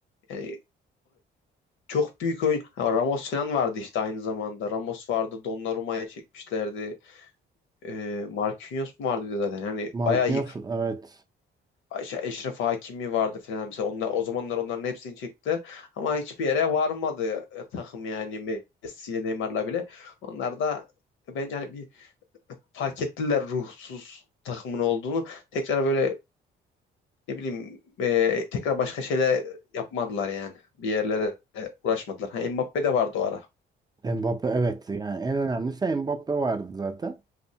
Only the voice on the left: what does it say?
yani çok büyük oyun. Ha, Ramos falan vardı işte aynı zamanda. Ramos vardı. Donnarumma'ya çekmişlerdi. Ee, Marquinhos mu vardı bir de zaten. Yani
bayağı iyi.
Ayşe- Eşref Hakimi vardı falan. Mesela onlar, o zamanlar onların hepsini çektiler. Ama hiçbir yere varmadı e, takım yani Messi ile Neymar'la bile. Onlar da bence hani bir fark ettiler ruhsuz takımın olduğunu. Tekrar böyle ne bileyim e, tekrar başka şeyler yapmadılar yani. Bir yerlere uğraşmadılar. Ha, Mbappe de vardı o ara.